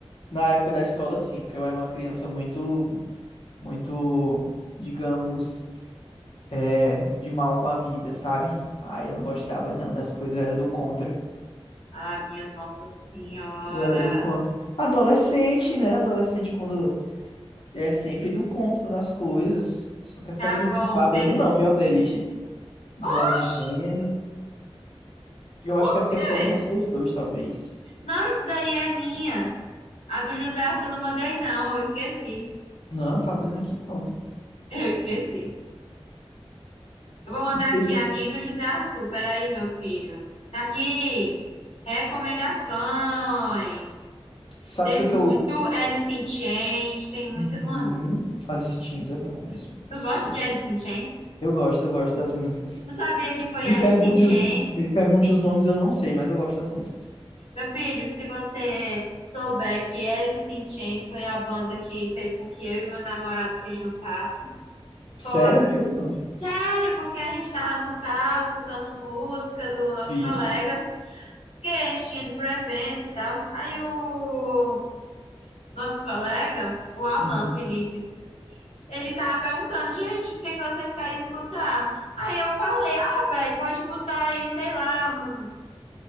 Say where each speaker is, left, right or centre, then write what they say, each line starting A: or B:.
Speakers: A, on the left (about 65°); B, on the left (about 85°).
A: Na época da escola, sim, porque eu era uma criança muito, muito, digamos. é, de mal com a vida, sabe? Ah, eu não gostava, não, das coisas, eu era do contra.
B: Ah, minha Nossa Senhora.
A: Eu era do contra. Adolescente, né? Adolescente quando é sempre do contra das coisas. Só quer saber
B: Tá
A: de outro.
B: bom.
A: Tá abrindo,
B: Per...
A: não, viu a playlist? Vou
B: Oxi,
A: logo dizendo. Eu
B: por
A: acho que é porque
B: quê?
A: é só de vocês dois, talvez.
B: Não, isso daí é minha. A do José Arthur não mandei, não. Eu esqueci.
A: Não, tá abrindo aqui, não.
B: Eu esqueci. Eu vou mandar
A: Esqueci-
B: aqui a minha e do José Arthur. Peraí, meu filho. Tá aqui. Recomendações.
A: Sabe
B: Tem
A: o que
B: muito
A: é que eu.
B: Alice in Chains. Tem muito.
A: Uhum.
B: Mano,
A: Alice Chains é bom mesmo.
B: tu
A: Nossa,
B: gosta
A: eu
B: de
A: gosto.
B: Alice in Chains?
A: Eu gosto, eu gosto das músicas.
B: Tu sabia que foi
A: Me
B: Alice
A: pergunte
B: in Chains?
A: os, me pergunte os nomes, eu não sei, mas eu gosto das músicas.
B: Meu filho, se você souber que Alice in Chains foi a banda que fez com que eu e meu namorado se juntassem.
A: Sério
B: Foi, meu-
A: mesmo?
B: sério, porque a gente tava no carro escutando música do nosso
A: Vixe.
B: colega, que a gente tinha ido pro evento e tal. Aí o nosso colega, o Alan
A: Uhum.
B: Felipe, ele tava perguntando, gente, o que é que vocês querem escutar? Aí eu falei, ah, velho, pode botar aí, sei lá, um